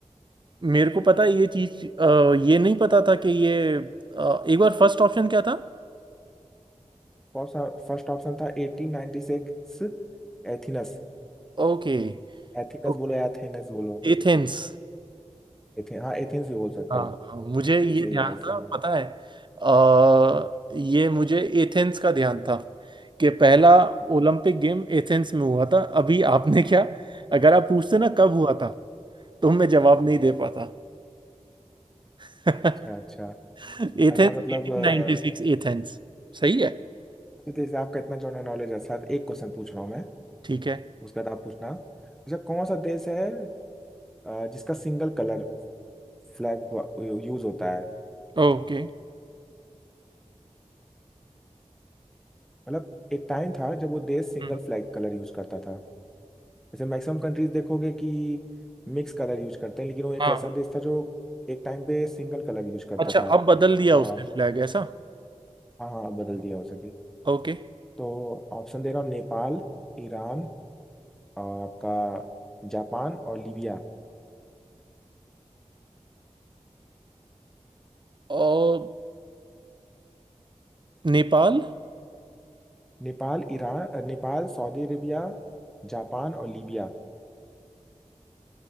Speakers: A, on the right (about 40°); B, in the centre.
A: मेरे को पता है ये चीज अ, ये नहीं पता था कि ये अ, एक बार फर्स्ट ऑप्शन क्या था
B: First option था 1896 Athens
A: ओके
B: Athens
A: Okay
B: बोलो या एथेनस बोलो
A: Athens
B: एथे, हाँ एथेंस भी बोल सकते
A: हाँ
B: हो
A: हाँ, मुझे
B: सही
A: ये
B: है सही
A: ध्यान
B: है भाई सही
A: था
B: है
A: पता है अ, ये मुझे एथेंस का ध्यान था कि पहला
B: अच्छा
A: ओलंपिक गेम एथेंस में हुआ था अभी आपने क्या अगर आप पूछते ना कब हुआ था तो मैं जवाब नहीं दे पाता <laughs>
B: अच्छा
A: एथेंस
B: अच्छा मतलब
A: 1896
B: अ,
A: एथेंस सही है
B: तो जैसे आपका इतना जनरल नॉलेज है साथ एक क्वेश्चन पूछ रहा हूँ मैं
A: ठीक है
B: उसका बाद आप पूछना अच्छा कौन सा देश है अ, जिसका सिंगल कलर फ्लैग यूज होता है
A: ओके
B: मतलब एक टाइम था जब वो देश सिंगल
A: हम्म,
B: फ्लैग कलर यूज करता था जैसे मैक्सिमम कंट्रीज देखोगे कि मिक्स कलर यूज करते हैं लेकिन वो एक
A: हाँ
B: ऐसा देश था जो एक टाइम पे सिंगल कलर यूज करता
A: अच्छा
B: था
A: अब बदल दिया
B: आ,
A: उसने फ्लैग ऐसा
B: हाँ हाँ अब बदल दिया हो सके
A: ओके
B: तो ऑप्शन दे रहा हूँ नेपाल ईरान आ, आपका जापान और लीबिया
A: और नेपाल
B: नेपाल ईरान अ, नेपाल सऊदी अरेबिया जापान और लीबिया